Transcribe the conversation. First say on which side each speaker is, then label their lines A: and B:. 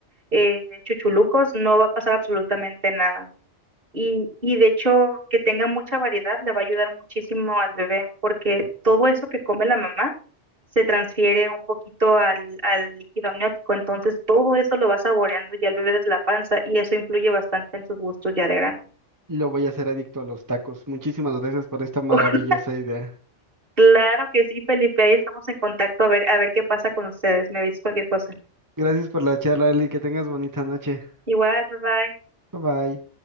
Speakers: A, on the right (about 45°); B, on the right (about 15°).
A: eh, chuchulucos, no va a pasar absolutamente nada. Y, y de hecho, que tenga mucha variedad le va a ayudar muchísimo al bebé, porque todo eso que come la mamá se transfiere un poquito al, al líquido amniótico. Entonces, todo eso lo va saboreando ya el bebé desde la panza y eso influye bastante en sus gustos ya de grande.
B: Lo voy a hacer adicto a los tacos. Muchísimas gracias por esta maravillosa
A: <laughs>
B: idea.
A: Claro que sí, Felipe, ahí estamos en contacto a ver, a ver qué pasa con ustedes. Me avisas cualquier cosa.
B: Gracias por la charla, Eli, que tengas bonita noche.
A: Igual, bye bye.
B: Bye bye.